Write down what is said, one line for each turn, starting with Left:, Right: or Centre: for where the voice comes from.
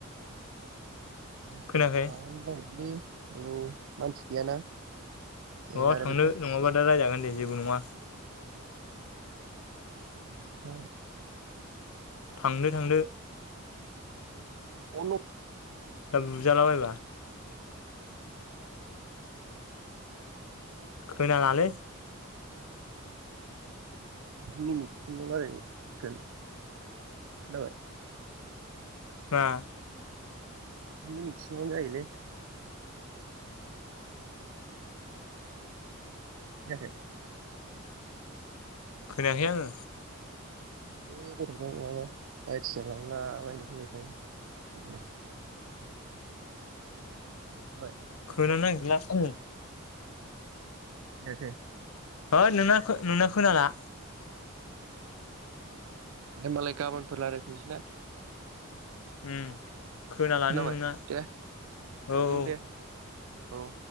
Right: मोसौ
Left: खोनायाखै
Right: माबानो नागिरदोंलै औ मानसि गैयाना। ए
Left: न'वाव
Right: रायलायबाय
Left: थांनो
Right: था
Left: नङाबा दा रायजागोन। है जेबो नङा।
Right: ए।
Left: थांदो-थांदो।
Right: अन।
Left: दा बुजाला बायबा। खोनालालै।
Right: मिनिटसिम रायलायगोन खो-खोनाबाय।
Left: हा
Right: द मिनिटसोबानो जायोलै खोनायाखै।
Left: खोनायाखै आङो।
Right: लै गथ'फोरा माबा बायदिसिना लांला बायनो फैबाय थायो। <unintelligible>
Left: खोनानो नागिरला आङो।
Right: ए हे।
Left: होद नोंना खो-नोंना खोनाला
Right: हेबालाय गाबोनफोर रायलायफिनसैना।
Left: उम खोनालानो
Right: खोनाबाय
Left: नोंना
Right: दे
Left: औ-औ।
Right: उम दे औ